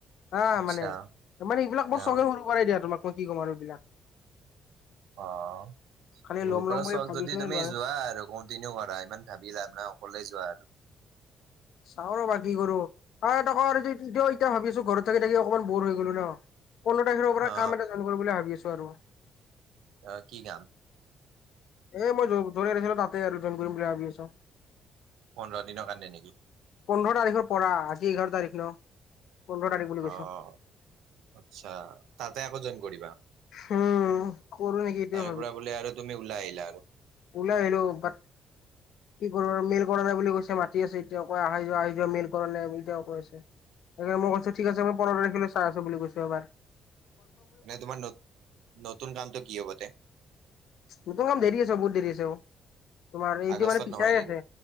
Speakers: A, on the left; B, on the right.
A: আহ
B: আচ্ছা
A: মানে ত মানে এইবিলাক বৰ
B: অ
A: চগে সৰু পৰাই দিয়া তোমাকনো কি ক'ম আৰু এইবিলাক।
B: অ' সৰু
A: খালি ল'ম
B: পৰা
A: ল'ম বুলি
B: চখ
A: ভাবি
B: যদি
A: আছিলো
B: তুমি
A: লোৱা নাই
B: যোৱা আৰু। কণ্টিনিউ কৰা ইমান ভাবি লাভ নাই অকলে যোৱা আৰু
A: চাওঁ ৰবা কি কৰো তাকো আৰু এতিয়া ভাবি আছো ঘৰত থাকি থাকি অকমান বৰ হৈ গলো ন। পোন্ধৰ তাৰিখৰ পৰা
B: অ
A: কাম এটা চালোঁ কৰিম কৰিব বুলি ভাবি আছোঁ আৰু।
B: অ' কি কাম?
A: এ মই য'ৰ য'ত এৰিছিলো তাতে আৰু <unintelligible> কৰিম বুলি ভাবি আছো।
B: পোন্ধৰ দিনৰ কাৰণে নেকি?
A: পোন্ধৰ তাৰিখৰ পৰা আজি এঘাৰ তাৰিখ ন। পোন্ধৰ তাৰিখ বুলি কৈছো
B: অ' আচ্ছা তাতে আকৌ জইন কৰিবা?
A: উম। কৰো নেকি এইটোৱে
B: তাৰে পৰা বোলে আৰু তুমি ওলাই আহিলা আৰু
A: উলাই আহিলোঁ বাত কি কৰিব আৰু মিল কৰা নাই বুলি কৈছে মাতি আছে এতিয়াও কৈ আহি যোৱা আহি যোৱা মিল কৰা নাই এতিয়াও কৈ আছে। সেই কাৰণে ময়ো কৈছোঁ ঠিক আছে মই পোন্ধৰ তাৰিখে চাইছোঁ বুলি কৈছোঁ এইবাৰ।
B: এনে তোমাৰ নত নতুন কামটো কি হ'ব তাতে?
A: নতুন কাম দেৰি আছে বহুত দেৰি আছে তোমাৰ এইটো
B: আগষ্টত
A: মানে পিছাই
B: নহয় নেকি
A: আছে।